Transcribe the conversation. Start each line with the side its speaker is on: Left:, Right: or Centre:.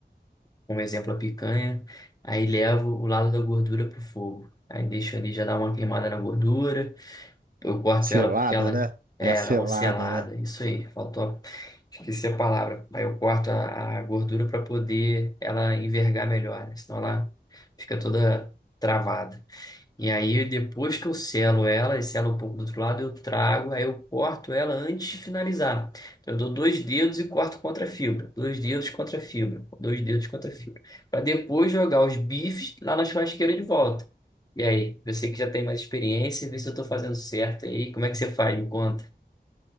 Left: como exemplo a picanha, aí levo o lado da gordura pro fogo. Aí deixo ali já dar uma queimada na gordura. Eu corto
Right: Selada,
Left: ela porque ela
Right: né?
Left: é,
Right: Uma selada,
Left: dá uma selada.
Right: né?
Left: Isso aí, faltou. Esqueci a palavra. Aí eu corto a, a gordura para poder ela envergar melhor, né? Senão ela fica toda travada. E aí, depois que eu selo ela, e selo um pouco do outro lado, eu trago, aí eu corto ela antes de finalizar. Então, eu dou dois dedos e corto contra a fibra. Dois dedos contra a fibra. Dois dedos contra a fibra. Para depois jogar os bifes lá na churrasqueira de volta. E aí, você que já tem mais experiência, vê se eu tô fazendo certo aí. Como é que você faz? Me conta.